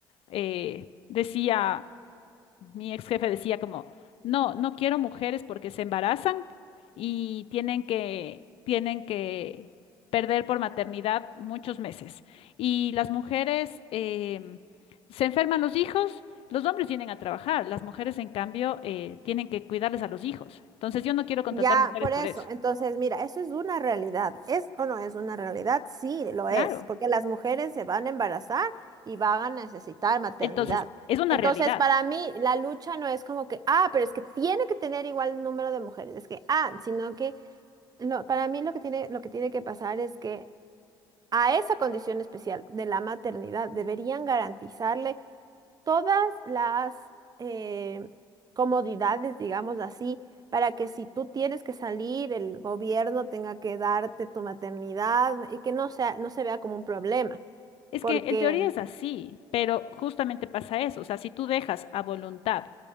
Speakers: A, on the left; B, on the right.
A: eh, decía mi ex jefe decía como, no, no quiero mujeres porque se embarazan y tienen que, tienen que perder por maternidad muchos meses. Y las mujeres em, se enferman los hijos, los hombres vienen a trabajar, las mujeres en cambio eh, tienen que cuidarles a los hijos. Entonces yo no quiero contratar
B: ya
A: mujeres
B: por
A: por
B: eso.
A: eso.
B: Entonces, mira, eso es una realidad. ¿Es o no es una realidad? Sí, lo
A: Claro.
B: es, porque las mujeres se van a embarazar y van a necesitar maternidad.
A: Entonces, es una
B: Entonces,
A: realidad.
B: para mí, la lucha no es como que, ah, pero es que tiene que tener igual número de mujeres. Es que, ah, sino que... No, para mí lo que tiene, lo que tiene que pasar es que a esa condición especial de la maternidad deberían garantizarle todas las eh, comodidades, digamos así, para que si tú tienes que salir, el gobierno tenga que darte tu maternidad y que no sea, no se vea como un problema,
A: Es
B: porque
A: que en teoría es así, pero justamente pasa eso. O sea, si tú dejas a voluntad